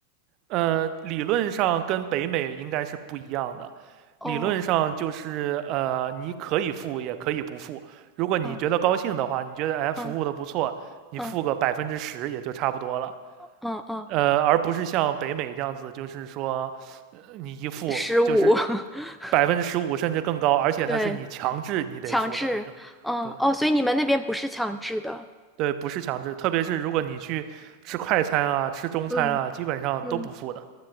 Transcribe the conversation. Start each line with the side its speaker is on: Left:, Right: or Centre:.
Right: 呃，理论上跟北美应该是不一样的。
Centre: 哦，
Right: 理论上就是呃，你可以付，也可以不付。如果你觉得高兴的话，
Centre: 嗯
Right: 你觉得哎服务的不错，
Centre: 嗯
Right: 你付个百分之十也就差不多了。
Centre: 嗯嗯嗯，
Right: 呃，而不是像北美这样子，就是说呃你一付就是
Centre: 十五，<laughs>
Right: 百分之十五甚至更高，而且它是你强制你得付的那种。
Centre: 对，强制，嗯哦，
Right: 对，
Centre: 所以你们那边不是强制的，
Right: 对，不是强制，特别是如果你去吃快餐啊、吃中餐啊，
Centre: 嗯
Right: 基本上都不付的。
Centre: 嗯，